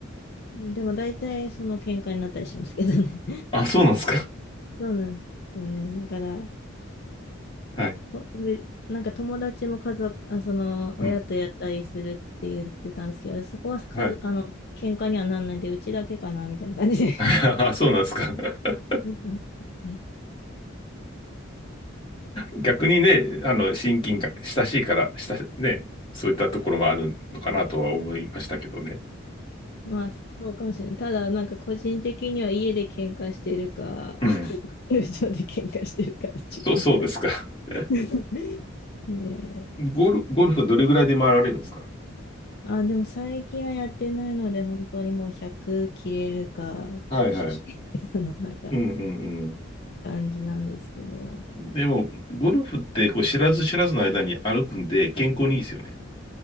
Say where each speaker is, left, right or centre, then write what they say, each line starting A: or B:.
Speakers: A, on the left (about 55°); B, on the left (about 25°).
A: でも大体その喧嘩になったりしますけどね。
B: あ、そうなんですか。
A: そうなんですよね。だから、
B: はい。
A: お俺なんか友達も家族、あ、その、
B: うん。
A: 親とやったりするって言ってたんですけど、そこは家族、
B: はい。
A: あの、喧嘩にはなんないんで、うちだけかな、みたいな感じで。
B: <laughs> あそうなんですか。<laughs>
A: そうなんですね
B: 逆にね、あの、親近感、親しいから、した、ね、そういったところもあるのかなとは思いましたけどね。
A: まあ、そうかもしれない。ただ、なんか個人的には家で喧嘩してるか、
B: うん。
A: <laughs> 友情で喧嘩してるか、
B: そう、
A: 近いくらい。
B: そうですか。<laughs>
A: <laughs> ねえ。
B: ゴル、ゴルフどれぐらいで回られるんですか
A: あ、でも最近はやってないので、本当にもう100切れるか、
B: はいはい。
A: き <laughs> あの、なんか、
B: うんうんうん。
A: 感じなんですけど。
B: でも、ゴルフってこう知らず知らずの間に歩くんで健康にいいですよね。